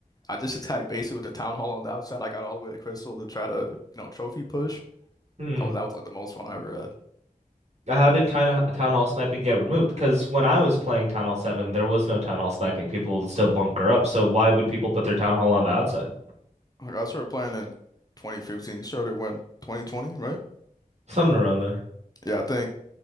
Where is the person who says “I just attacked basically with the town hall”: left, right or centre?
Left